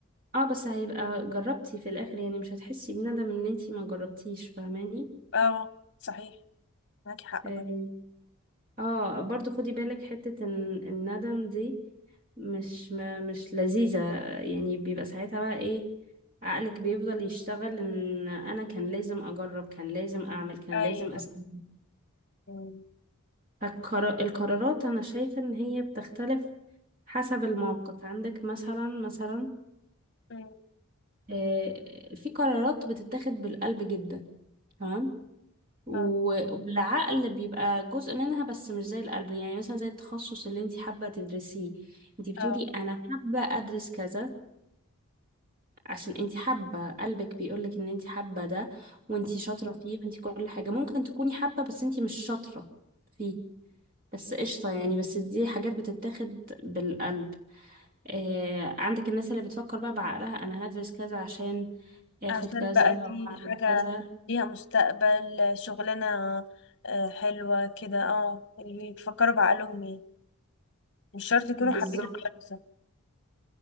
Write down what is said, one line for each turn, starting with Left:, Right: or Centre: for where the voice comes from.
Right: اه بس هيبقى جربتي في الاخر يعني مش هتحسي بندم ان انتي ما جربتيش فاهماني
Left: اه صحيح معاكي حق
Right: اه
Left: بجد
Right: آه، برضو خدي بالك حتة ان الندم دي مش ما مش لذيذة يعني بيبقى ساعتها بقى ايه عقلك بيفضل يشتغل ان انا كان لازم اجرب كان لازم اعمل كان
Left: ايوه
Right: لازم اسوي
Left: أمم،
Right: فالقرارات انا شايفة ان هي بتختلف حسب الموقف عندك مثلا مثلا
Left: أمم،
Right: آه، في قرارات بتتاخد بالقلب جدا تمام و-
Left: اه
Right: والعقل بيبقى جزء منها بس مش زي القلب يعني مثلا زي التخصص اللي انت حابة تدرسيه انت بتقولي
Left: اه
Right: انا حابة ادرس كذا عشان انت حابة قلبك بيقولك ان انت حابة ده وانت
Left: أمم.
Right: شاطرة فيه وانت كل حاجة ممكن تكوني حابة بس انت مش شاطرة فيه بس قشطة يعني بس دي حاجات بتتاخد بالقلب آه، عندك الناس اللي بتفكر بقى بعقلها انا هدرس كذا عشان اخد
Left: عشان
Right: كذا
Left: بقى
Right: او
Left: دي
Right: اعمل
Left: حاجة
Right: كذا
Left: ليها مستقبل شغلانة آه، حلوة كده اه اللي بيفكروا بعقلهم يعني مش شرط يكونوا
Right: بالظبط
Left: حابين الشخص